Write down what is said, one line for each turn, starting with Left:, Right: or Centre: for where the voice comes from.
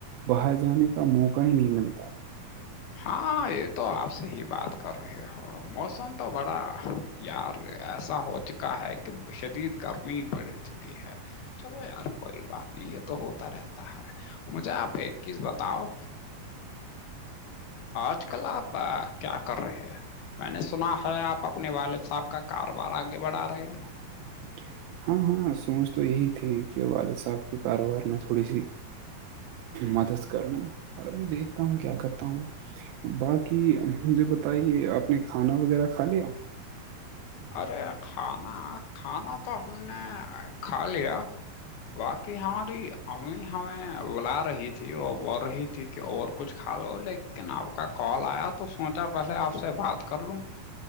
Right: باہر جانے کا موقع ہی نہیں ملتا ہے
Left: ہاں یہ تو آپ سے ہی بات کر رہے ہو موسم تو بڑا یار ایسا ہو چکا ہے کہ شدید گرمی پڑ چکی ہے چلو یار کوئی بات نہیں یہ تو ہوتا رہتا ہے مجھے آپ ایک چیز بتاؤ آج کل آپ کیا کر رہے ہیں میں نے سنا ہے آپ اپنے والد صاحب کا کاروبار آگے بڑھا رہے ہو
Right: ج <inaudible> ہاں ہاں سوچ تو یہی تھی کہ والد صاحب کے کاروبار میں تھوڑی سی مدد کر لوں پر ابھی دیکھتا ہوں کیا کرتا ہوں باقی مجھے بتائیے آپ نے کھانا وغیرہ کھا لیا
Left: ارے کھانا کھانا تو ہم نے کھا لیا باقی ہماری امی ہمیں بلا رہی تھی اور بڑ رہی تھی اور کچھ کھا لو لیکن آپ کا کال آیا تو سوچا پہلے آپ سے بات کر لوں